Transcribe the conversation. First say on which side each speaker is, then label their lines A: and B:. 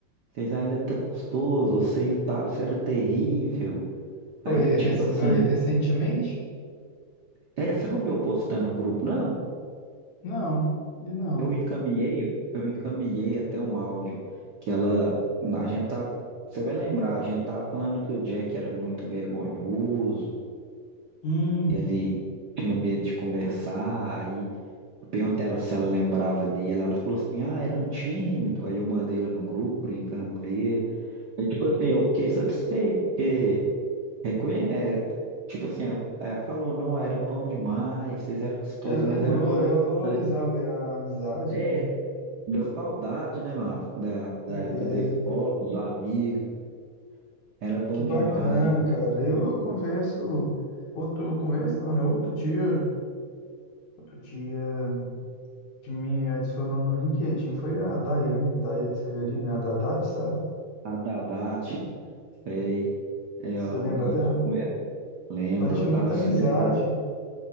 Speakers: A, on the right; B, on the left.
A: vocês ainda estão custoso, eu sei o Thales era terrível.
B: Foi,
A: Aí, tipo
B: rec-
A: assim,
B: foi recentemente?
A: é, você não viu eu postando no grupo, não?
B: Não, ele não.
A: Eu encaminhei, eu encaminhei até um áudio que ela, a gente tá, você vai lembrar, a gente tava falando que o Jack era muito vergonhoso,
B: Hum.
A: que ele tinha medo de conversar, aí eu perguntei a ela se ela lembrava dele, ela falou assim, ah, era um tímido, aí eu mandei ela no grupo brincando com ele, aí tipo assim, eu fiquei satisfeito, porque reconhece, tipo assim, ela falou, não, era bom demais, vocês eram gostosos,
B: É, lembrou,
A: mas era bom
B: ela valorizava
A: demais.
B: a amizade,
A: É,
B: né?
A: Deu saudade, né, Márcio? Da, da
B: É,
A: época da escola, dos amigos. Era bom
B: que bacana,
A: demais.
B: cara. Eu, eu converso, outro, converso, não, né? Outro dia, outro dia, que me adicionou no LinkedIn foi a Daiane, Daiane Severino, né? A Dadate, sabe?
A: A Dadate, sei. Eu,
B: Você lembra
A: eu,
B: dela?
A: te lembro,
B: Nós tínhamos
A: o Thales
B: muita amizade
A: depois.